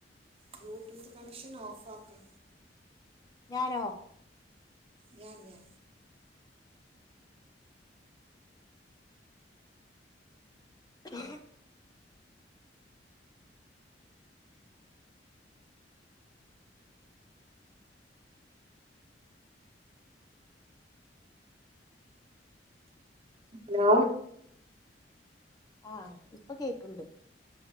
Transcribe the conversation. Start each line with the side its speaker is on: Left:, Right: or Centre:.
Right: ബ്ലൂടൂത്ത് കണക്ഷൻ ഓഫാക്ക്
Left: ഞാനോ
Right: ഞാൻ ഞാൻ
Left: ആ
Right: ഹലോ
Left: ആഹ് ഇപ്പം കേക്ക്ണ്ട്